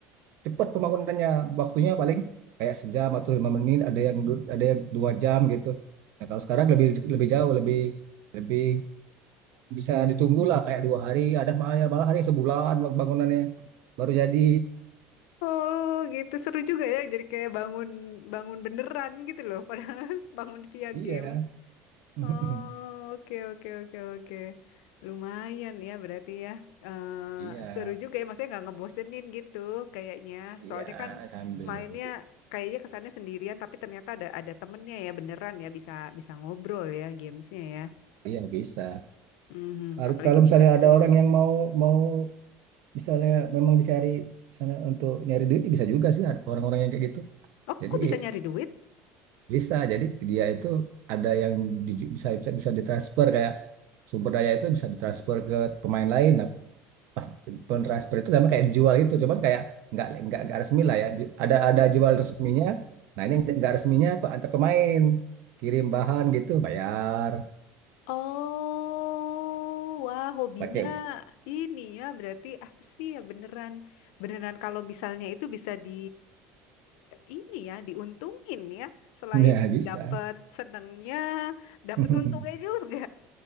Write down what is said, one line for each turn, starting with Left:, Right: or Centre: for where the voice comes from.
Right: cepat pembangunannya. Waktunya paling kayak sejam atau lima menit, ada yang du- ada yang dua jam gitu. Nah, kalau sekarang lebih lebih jauh, lebih lebih bisa ditunggu lah kayak dua hari, ada malah malah hari sebulan bangunannya baru jadi.
Left: Oh, gitu seru juga ya. Jadi kayak bangun bangun beneran gitu loh padahal <laughs> bangun via
Right: Iya.
Left: game.
Right: <laughs>
Left: Oh, oke, oke, oke, oke. Lumayan ya berarti ya. Eh,
Right: Iya,
Left: seru juga ya, maksudnya nggak ngebosenin gitu kayaknya.
Right: iya
Left: Soalnya kan
Right: sambil
Left: mainnya
Right: nunggu.
Left: kayaknya kesannya sendirian, tapi ternyata ada ada temennya ya beneran ya bisa bisa ngobrol ya gamesnya ya.
Right: Iya bisa.
Left: Mhm,
Right: Har-
Left: apalagi
Right: Kalau misalnya
Left: bisa di
Right: ada
Left: rumah.
Right: orang yang mau mau misalnya memang dicari misalnya untuk nyari duit ya bisa juga sih ada orang-orang yang kayak gitu.
Left: Oh,
Right: Jadi
Left: kok bisa nyari duit?
Right: bisa. Jadi dia itu ada yang di- bisa bisa bisa ditransfer kayak sumber daya itu bisa ditransfer ke pemain lain. Nah, pas pentransfer itu sama kayak dijual gitu. Cuman kayak nggak nggak nggak resmi lah ya. Bi- Ada ada jual resminya. Nah ini nggak resminya pe- antar pemain kirim bahan gitu bayar
Left: Oh, wah hobinya
Right: pakai
Left: ini ya berarti apa sih ya beneran beneran kalau misalnya itu bisa di ini ya diuntungin ya selain
Right: <laughs> ya bisa.
Left: dapat senengnya dapat
Right: <laughs>
Left: untungnya juga.